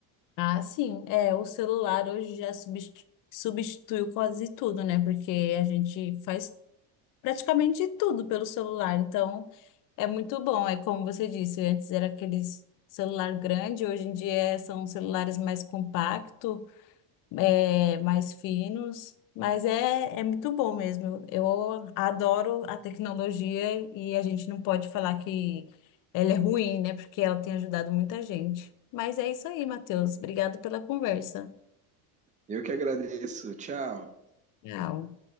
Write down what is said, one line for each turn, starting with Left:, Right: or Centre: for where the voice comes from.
Left: Ah, sim, é, o celular hoje já substitu- substituiu quase tudo, né? Porque a gente faz praticamente tudo pelo celular. Então, é muito bom. É como você disse, antes era aqueles celular grande, hoje em dia são celulares mais compactos. é, mais finos, mas é, é muito bom mesmo. Eu adoro a tecnologia e a gente não pode falar que ela é ruim, né? Porque ela tem ajudado muita gente. Mas é isso aí, Matheus. Obrigada pela conversa.
Right: Eu que agradeço. Tchau.
Left: Tchau.